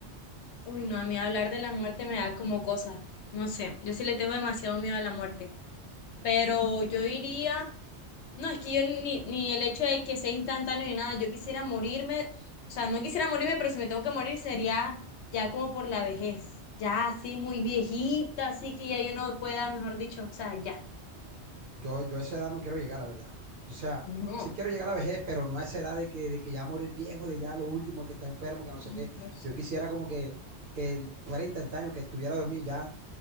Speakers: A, on the left; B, on the right.
A: Uy, no, a mí hablar de la muerte me da como cosa. No sé, yo sí le tengo demasiado miedo a la muerte. Pero yo diría, no, es que yo ni, ni el hecho de que sea instantáneo ni nada, yo quisiera morirme, o sea, no quisiera morirme, pero si me tengo que morir sería ya como por la vejez, ya así muy viejita, así que ya yo no pueda, mejor dicho, o sea, ya.
B: Yo, yo a esa edad no quiero llegar, la verdad. O sea,
A: No,
B: sí quiero llegar a la vejez, pero no a esa edad de que, de que ya morir viejo, de ya lo último, que está enfermo, que no sé
A: ay,
B: qué.
A: no sé.
B: Yo quisiera como que, que fuera instantáneo, que estuviera dormido ya